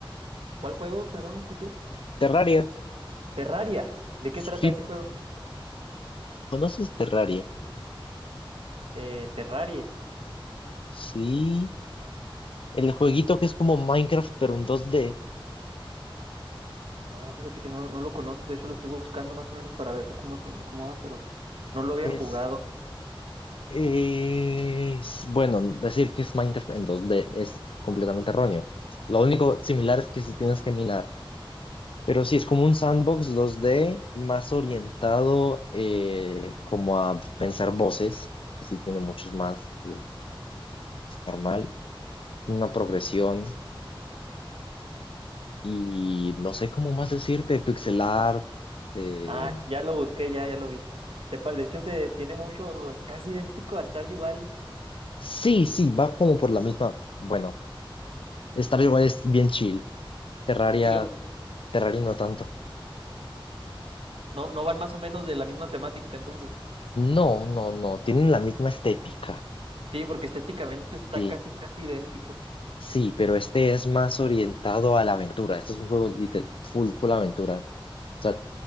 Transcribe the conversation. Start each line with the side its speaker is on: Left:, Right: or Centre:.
Right: ¿Cuál juego? Perdón, no escuché.
Left: Terraria.
Right: Terraria, ¿de
Left: Sí,
Right: qué trata ese juego?
Left: ¿conoces Terraria?
Right: Eh, Terrarie.
Left: Sí. El jueguito
Right: Mm,
Left: que es como Minecraft, pero en 2D.
Right: No, fíjate que no, no lo conozco, de hecho lo estoy buscando más o menos para ver cómo, cómo va, pero no lo había
Left: Es,
Right: jugado.
Left: eh, es- bueno, decir que es Minecraft en 2D es completamente erróneo. Lo único similar es que si tienes que minar. Pero sí, es como un sandbox 2D más orientado eh, como a pensar voces, que sí tiene muchos más que el normal, una progresión y no sé cómo más decirte, pixel art. eh,
Right: Ah, ya lo busqué, ya, ya lo vi. Se pa- de hecho, se tiene mucho, es casi idéntico a Stardew Valley.
Left: sí, sí, va como por la misma. Bueno, Stardew Valley es bien chill, Terraria,
Right: Sí, lo,
Left: Terraria no tanto.
Right: no, no van más o menos de la misma temática, entonces.
Left: No, no, no, tienen la misma estética.
Right: Sí, porque estéticamente está
Left: sí
Right: casi, casi idéntico.
Left: Sí, pero este es más orientado a la aventura. Este es un juego lite- full, full aventura. O sea,